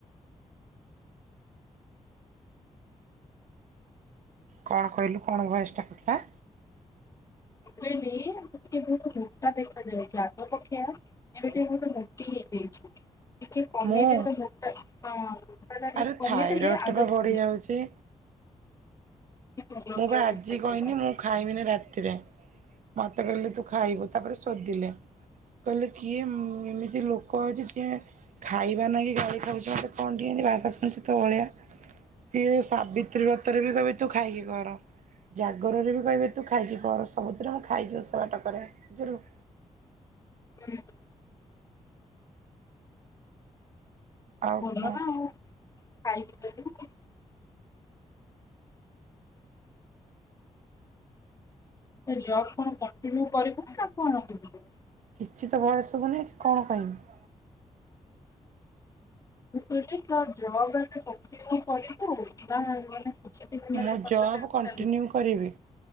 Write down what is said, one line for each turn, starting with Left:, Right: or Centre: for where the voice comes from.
Right: କଣ କହିଲୁ କଣ ଭଏସ ଟା କଥା।
Left: ନାଇଁ ନାଇଁ ଟିକିଏ ବହୁତ ମୋଟା ଦେଖାଯାଉଛି ଆଗ ପକ୍ଷିଆ। ଏବେ ଟିକେ ବହୁତ ମୋଟି ହେଇଯାଇଛି ଟିକେ କମେଇଲେ
Right: ମୁଁ
Left: ତ ମୋଟା ହଁ ମୋଟା ଟା
Right: ଆରେ
Left: ଟିକେ କମେଇ
Right: ଥାଇରଏଡ଼ଟା
Left: ଦେଲେ ଆଉ
Right: ପା
Left: ଟିକେ
Right: ବଢ଼ି ଯାଉଛି।
Left: ଭଲ
Right: ମୁଁ
Left: ପୁରା
Right: ପା ଆଜି
Left: ଦେଖାଯିବ
Right: କହିନି ମୁଁ ଖାଇମିନି ରାତିରେ। ମତେ କହିଲେ ତୁ ଖାଇବୁ ତାପରେ ଶୋଧିଲେ। କହିଲେ କିଏ ମୁଁ ଏମିତି ଲୋକ ଆଛି କିଏ। ଖାଇବା ନାଗି ଗାଳି ଖାଉଚ କଣ ଏମିତି ଭାଷା ଶୁଣିଛୁ ତୋ ଭଳିଆ। ଇଏ ସାବିତ୍ରୀ ବ୍ରତରେ ବି କହିବେ ତୁ ଖାଇକି କର। ଆଁ ଜାଗରରେ ବି କହିବେ ତୁ ଖାଇକି କର ସବୁଥିରେ ମୁଁ ଖାଇକି ଓଷା ବାଟ କରେ। <unintelligible>
Left: <unintelligible>
Right: ଆଉ
Left: ଭଲ
Right: କଣ
Left: ନା ଆଉ ଖାଇକି। <unintelligible> କହିଲି ଜବ୍ କଣ କଣ୍ଟିନ୍ୟୁ କରିବୁ ନା କଣ କରିବୁ?
Right: କିଛି ତ ଭଏସ୍ ଶୁଭୁନି ଆଜି କଣ କହିମି।
Left: ମୁଁ କହିଲି ତୋ ଜବ୍ ଏବେ କଣ୍ଟିନ୍ୟୁ କରିବୁ ନା
Right: ମୁଁ
Left: ମାନେ।
Right: ଜବ୍ କଣ୍ଟିନ୍ୟୁ କରିବି